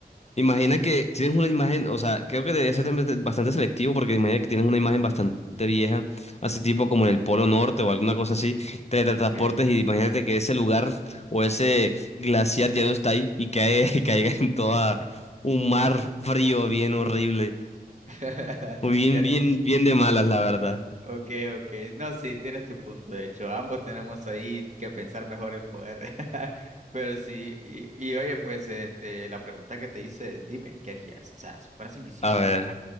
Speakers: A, on the left; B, on the right.
A: Imagina que tienes una imagen, o sea, creo que debería ser también bastante selectivo porque imagina que tienes una imagen bastante vieja, así
B: ujú.
A: tipo como en el Polo Norte o alguna cosa así, te
B: Okay.
A: transportes y imagínate que ese lugar o ese glaciar ya no está ahí y cae, <laughs> y caiga en toda un mar frío bien horrible,
B: <laughs>
A: o bien,
B: Ya.
A: bien, bien de malas, la verdad.
B: Okay, okay. No, sí, tienes tu punto. De hecho, ambos tenemos ahí que pensar mejor el poder. <laughs> Pero sí, y, y oye, pues, este, la pregunta que te hice, dime, ¿qué harías? O sea, si fueras invisible.
A: A ver,